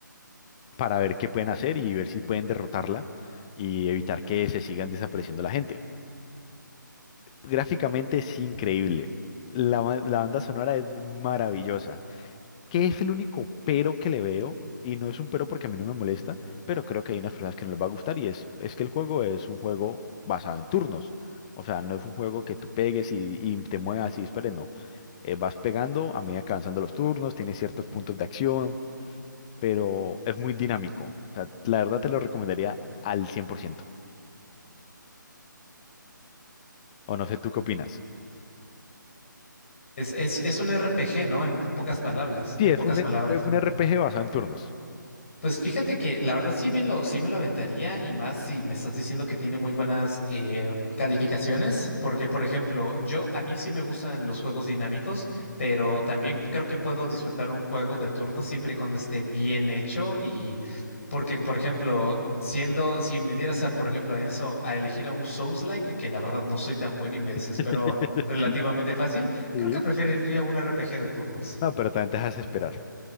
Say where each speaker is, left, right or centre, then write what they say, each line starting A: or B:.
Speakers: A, on the left; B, on the left.
A: para ver qué pueden hacer y ver si pueden derrotarla y evitar que se sigan desapareciendo la gente. Gráficamente es increíble. La, ba- la banda sonora es maravillosa. ¿Qué es el único pero que le veo? Y no es un pero porque a mí no me molesta, pero creo que hay unas personas que no les va a gustar y es, es que el juego es un juego basado en turnos. O sea, no es un juego que tú pegues y, y te muevas y dispares, no. Eh, vas pegando a medida que avanzando los turnos, tienes ciertos puntos de acción, pero es muy dinámico. O sea, la verdad te lo recomendaría al 100%. O no sé, ¿tú qué opinas?
B: Es, es, es un RPG, ¿no? En pocas palabras,
A: Sí,
B: en
A: es
B: pocas
A: un,
B: palabras
A: e- es un RPG basado en turnos.
B: Pues fíjate que la verdad sí, bien lo, sí me lo aventaría y más si me estás diciendo que tiene muy buenas eh, calificaciones, porque por ejemplo, yo a mí sí me gustan los juegos dinámicos, pero también creo que puedo disfrutar un juego de turno siempre y cuando esté bien hecho y porque por ejemplo, siendo, si me dieras a por ejemplo a eso, a elegir a un Souls-like, que la verdad no soy tan bueno y me desespero
A: <laughs>
B: relativamente fácil,
A: Sí.
B: creo que preferiría un RPG de turnos.
A: No, pero también te dejas esperar.